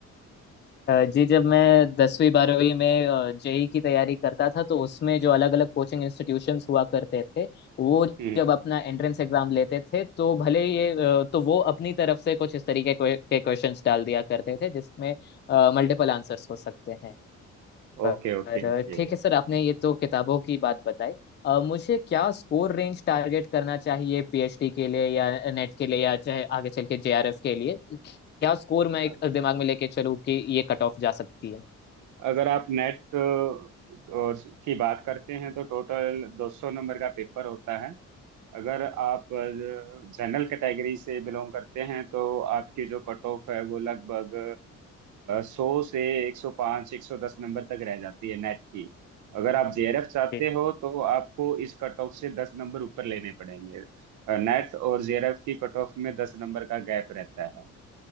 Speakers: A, on the left; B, on the right.
A: अ, जी जब मैं दसवीं बारहवीं में जेई की तैयारी करता था तो उसमें जो अलग अलग कोचिंग इंस्टीट्यूशंस हुआ करते थे वो
B: हम्म
A: जब अपना एंट्रेंस एग्जाम लेते थे तो भले ये अ, तो वो अपनी तरफ से कुछ इस तरीके के क्वेश्चंस डाल दिया करते थे जिसमें मल्टीपल आंसर्स हो सकते हैं
B: Okay
A: पर
B: okay okay
A: ठीक है सर आपने ये तो किताबों की बात बताई अ, मुझे क्या स्कोर रेंज टारगेट करना चाहिए पीएचडी के लिए या नेट के लिए या चाहे आगे चल के जेआरएफ के लिए क्या स्कोर मैं
B: वह
A: एक दिमाग में लेके चलूँ कि ये कट ऑफ जा सकती है
B: अगर आप नेट और की बात करते हैं तो टोटल 200 नंबर का पेपर होता है अगर आप जनरल कैटेगरी से बिलोंग करते हैं तो आपकी जो कट ऑफ है वो लगभग सौ से एक सौ पाँच एक सौ दस नंबर तक रह जाती है नेट की अगर आप जेआरएफ चाहते
A: जी जी
B: हो तो आपको इस कट ऑफ से दस नंबर ऊपर लेने पड़ेंगे नेट और जेआरएफ की कट ऑफ में दस नंबर का गैप रहता है